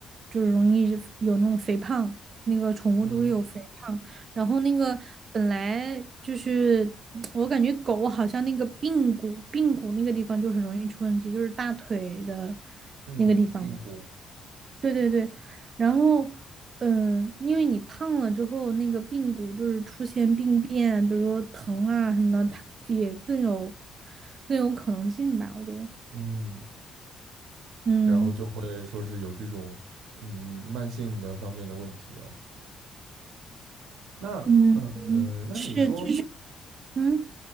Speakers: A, on the right; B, on the right.
A: 就是容易有那种肥胖，那个宠物都会有肥胖。
B: 嗯
A: 然后那个本来就是我感觉狗好像那个髌骨，髌骨那个地方就很容易出问题，就是大腿的
B: 嗯，
A: 那个地方嘛。
B: 髌骨，
A: 对对对，然后，嗯，因为你胖了之后，那个髌骨就是出现病变，比如说疼啊什么的，它也更有更有可能性吧，我觉得。
B: 嗯，
A: 嗯
B: 然后就会说是有这种嗯慢性的方面的问题哦。那嗯嗯，
A: 嗯，嗯是，
B: 呃那你说，
A: 就是嗯，